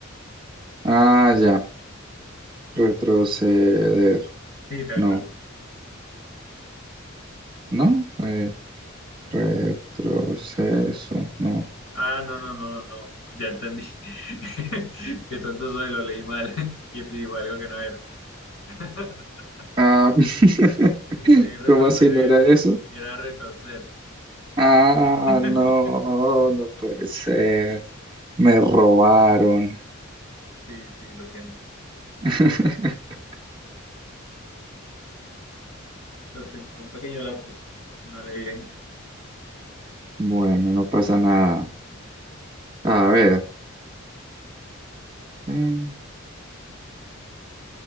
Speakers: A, on the right; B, on the left.
A: ah, ya. Retroceder.
B: Sí, tal
A: No.
B: cual.
A: ¿No? Eh, retroceso. No.
B: Ah, no, no, no, no, no. Ya entendí. <laughs> Qué tonto soy, lo leí mal. <laughs> Y digo algo que no era. <laughs>
A: Ah, <laughs>
B: Leí retroceder.
A: ¿cómo así no era eso?
B: Y era retorcer.
A: Ah,
B: <laughs>
A: no, no puede ser. Me robaron.
B: Sí, sí, lo siento.
A: <laughs>
B: Lo siento, un pequeño lapsus. No leí bien.
A: Bueno, no pasa nada. A ver, eh,